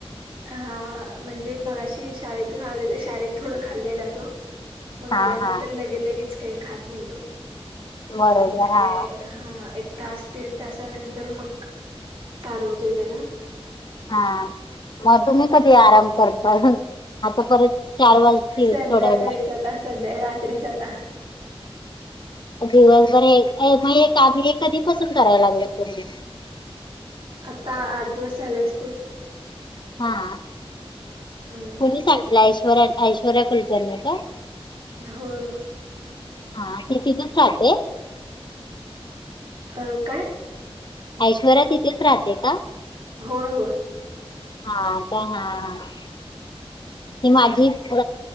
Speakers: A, on the right; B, on the left.
A: हा हा म्हणजे मगाशी शाळेतून आलेला शाळेत थोड खाल्लेला तो मग
B: हा
A: आल्यानंतर
B: हा.
A: लगे लगेच काही खात नाही तो
B: बरोबर
A: मग
B: हा.
A: हा एक तास दिड तासानंतर मग चारवतोय त्याला
B: हा तुम्ही कधी आराम करता आता परत चार वाजतील
A: संध्याकाळीच
B: थोड्या वेळात
A: आता संध्या रात्रीच आता
B: दिवसभर हे म हे काम कधी पासून करायला लागला तुम्ही
A: आत्ता आठ दिवस झाले असतील
B: हा आ
A: हम्म
B: कुणी सांगितल ऐश्वर्या ऐश्वर्या कुलकर्णी का
A: होय होय
B: हा ति तिथेच राहते
A: अ काय
B: ऐश्वर्या तिथेच राहते का
A: होय होय
B: हा आता हा हा ही माझी अ